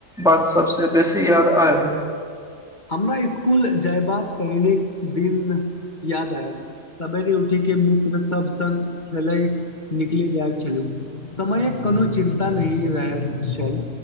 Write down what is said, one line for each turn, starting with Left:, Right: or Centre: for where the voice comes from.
Centre: बात सबसँ बेसी याद आयल
Left: हमरा स्कूल जायबाक पहिलेक दिन याद आयल सवेरे उठी के मित्र सब संग खेले निकले जाइत छलु समयक कोनो चिन्ता नहि रहैत छल